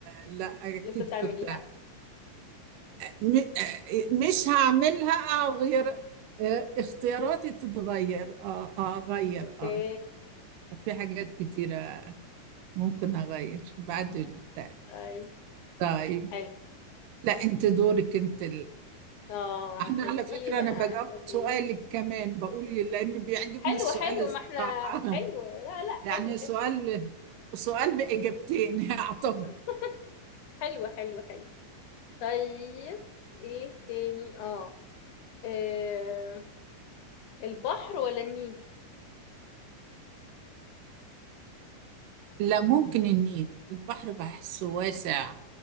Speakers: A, on the right; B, on the left.
A: لا أكيد
B: لسه تعمليها
A: كنت م- مش هعملها أو غير اختياراتي تتغير اه آه، اغير
B: اوكي
A: اه في حاجات كتيرة ممكن اغير بعد البتاع
B: طيب
A: طيب
B: حلو
A: لا انت دورك انت
B: اه
A: احنا
B: هسأل
A: على
B: ايه
A: فكرة
B: بقى
A: انا بجاوب
B: اسأل
A: سؤالك
B: ايه
A: كمان بقول لي لان بيعجبني
B: حلو
A: السؤال
B: حلو
A: الصراحة
B: ما احنا حلو
A: <laughs>
B: لا لا
A: يعني
B: حلو
A: سؤال
B: حلو
A: سؤال بإجابتين <laughs> يعتبر
B: <laughs> حلو حلو حلو طيب ايه تاني اه آه، البحر ولا النيل
A: لا ممكن النيل البحر بحسه واسع